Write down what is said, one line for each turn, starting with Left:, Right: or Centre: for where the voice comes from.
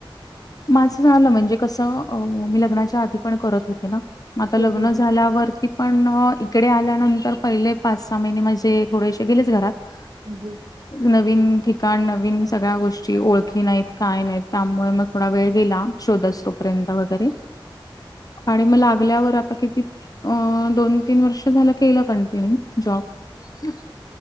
Left: माझं झालं म्हणजे कस मी लग्नाच्या आधी पण करत होते ना आता
Right: हं,
Left: लग्न
Right: हं,
Left: झाल्यावरती
Right: हं,
Left: पण इकडे आल्यानंतंतर पहिले पाच सहा महिने म्हणजे थोडेसे गेलेच घरात
Right: ही
Left: नवीन ठिकाण नवीन सगळ्या गोष्टी ओळखी नाहीत काय नाहीत त्यामुळे मग थोडा वेळ गेला शोधच तोपर्यंत वगैरे आणि मग लागल्यावर आता किती अ दोन तीन वर्ष झालं केलं कंटिन्यू जॉब